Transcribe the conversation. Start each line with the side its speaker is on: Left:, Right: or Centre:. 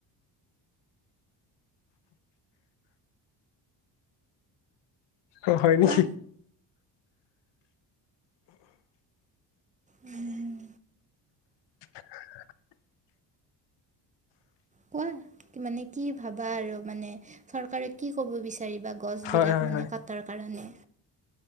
Left: অ হয়
Right: কোৱা
Left: নেকি
Right: উম
Left: <inaudible>
Right: কোৱা কি মানে কি ভাবা আৰু মানে চৰকাৰে কি ক'ব বিচাৰে চাৰি বা গছবিলাক
Left: হয় হয়
Right: মানে
Left: হয়
Right: কাটাৰ কাৰণে